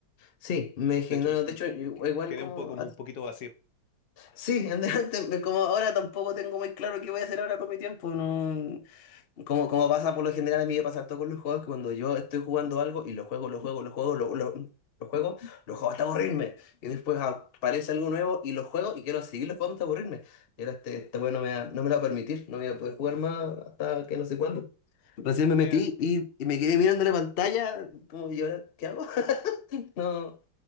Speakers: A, on the left (about 80°); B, on the left (about 60°).
A: sí, me generó,
B: De hecho,
A: de hecho, igual
B: que- que- quedé
A: como
B: un poco, como un poquito vacío.
A: Sí, <laughs> adelante, me- como ahora tampoco tengo muy claro qué voy a hacer ahora con mi tiempo, no, como, como pasa por lo general a mí me pasa todo con los juegos, que cuando yo estoy jugando algo y lo juego, lo juego, lo juego, lo, lo, lo juego, lo juego hasta aburrirme, y después aparece algo nuevo y lo juego y quiero seguirlo jugando hasta aburrirme, y ahora este, este juego no me, va- no me lo va a permitir, no voy a poder jugar más hasta que no sé cuándo. Recién me metí
B: Sí,
A: y, y me quedé mirando la pantalla, como, ¿y ahora qué hago? <laughs> No,